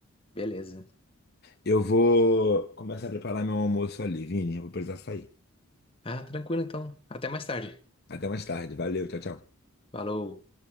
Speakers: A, on the left; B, on the left.
A: beleza.
B: Eu vou começar a preparar meu almoço ali, Vini. Eu vou precisar sair.
A: Ah, tranquilo então. Até mais tarde.
B: Até mais tarde. Valeu, tchau, tchau.
A: Falou.